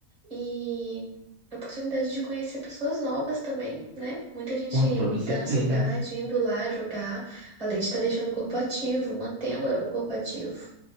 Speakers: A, on the right; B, on the right.
A: e a oportunidade de conhecer pessoas novas também, né? Muita gente
B: Com toda certeza.
A: da nossa idade indo lá jogar, além de estar deixando o corpo ativo, mantendo o corpo ativo.